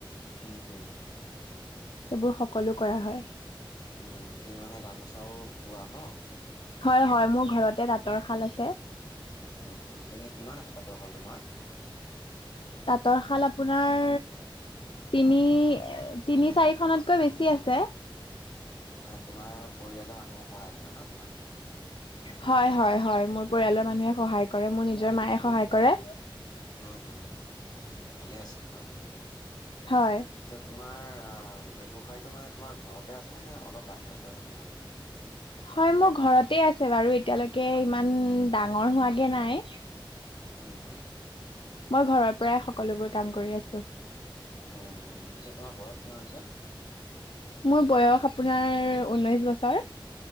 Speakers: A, on the left (about 70°); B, on the left (about 45°).
A: সেইবোৰ
B: উম উম
A: সকলো কৰা হয়।
B: উম, তুমি মানে গামোচাও বোৱা ন?
A: হয়, হয়, মোৰ ঘৰতে তাতৰ শাল আছে।
B: উম, উম, এনে কিমান আছে তাঁতৰ শাল তোমাৰ?
A: তাঁতৰ শাল আপোনাৰ তিনি তিনি চাৰিখনতকৈ বেছি আছে।
B: মানে তোমাৰ পৰিয়ালৰ মানুহ সহায় কৰে ন তোমাক?
A: হয়, হয়, হয়, মোৰ পৰিয়ালৰ মানুহে সহায় কৰে মোৰ নিজৰ মায়ে সহায় কৰে।
B: উম, উম, ভালে আছে বাৰু
A: হয়
B: পিচে তোমাৰ ব্যৱসায়টো মানে তোমাৰ ঘৰতে আছেনে নে অলপ বাহিৰতো আছে তোমাৰ?
A: হয় মোৰ ঘৰতে আছে বাৰু এতিয়ালৈকে ইমান ডাঙৰ হোৱাগে নাই।
B: উম, উম,
A: মই ঘৰৰ পৰাই সকলোবোৰ কাম কৰি আছোঁ।
B: উম, পিছে তোমাৰ বয়স কিমান হৈছে?
A: মোৰ বয়স আপোনাৰ ঊনৈশ বছৰ।